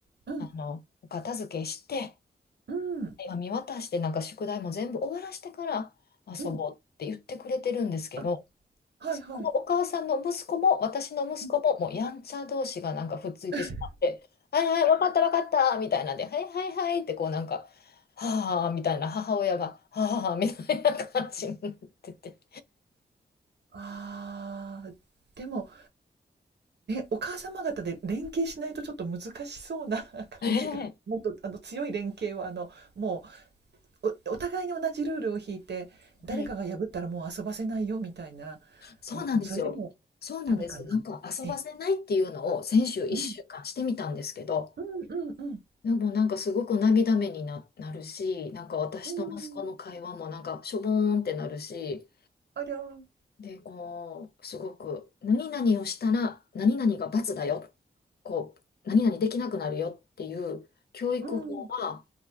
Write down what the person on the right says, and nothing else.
うん。
うん、
うん、
うん。あ、はいはい。
うん
<laughs>。
ああ、でもお母様方で連携しないとちょっと難しそうな感じがもっとあの強い連携はあのも
うおお互いに同じルールを引いて誰かが破ったらもう遊ばせないよみたいな
むそれでも
ダメかなええ、
うん、うんうんうん
うんありゃうん
うん